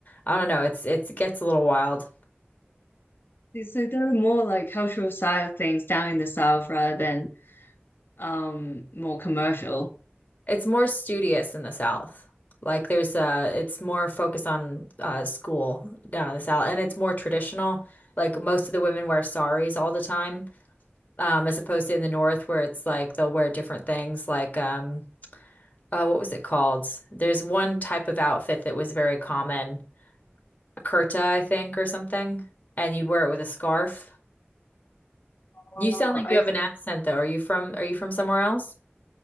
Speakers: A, on the left (about 40°); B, on the left (about 55°).
A: I don't know, it's it's it gets a little wild.
B: So there are more like cultural side of things down in the south rather than um more commercial.
A: It's more studious in the South. Like there's uh it's more focused on uh school down in the South and it's more traditional. Like most of the women wear saris all the time, um, as opposed to in the North where it's like they'll wear different things like um uh what was it called? There's one type of outfit that was very common, a kurta, I think, or something, and you'd wear it with a scarf.
B: Oh,
A: You sound like
B: I,
A: you have an accent though. Are you from are you from somewhere else?